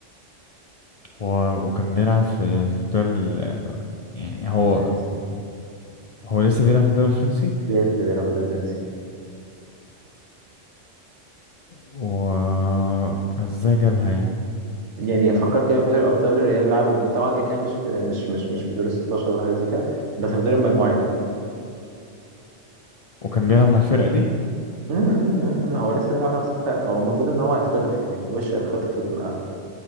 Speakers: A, on the left; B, on the right.
A: هو وكان بيلعب في في الدوري ال... يعني هو
B: فرنسي
A: هو لسه بيلعب في الدوري الفرنسي
B: لسه بيلعب في الدوري الفرنسي
A: و ازاي جابها يعني
B: يعني افكر
A: آه.
B: كده في دوري ابطال الريال لعبوا مين طبعا كده كده مش في مش مش مش في دور ال 16 ولا حاجه زي كده بس في دور المجموعات
A: وكان بيلعب مع الفرقة دي
B: مم، مم، مم. هو لسه بيلعب في نفس الفرقة هو المفروض ان هو هيتخطف يعني هو وش هيتخطف الفترة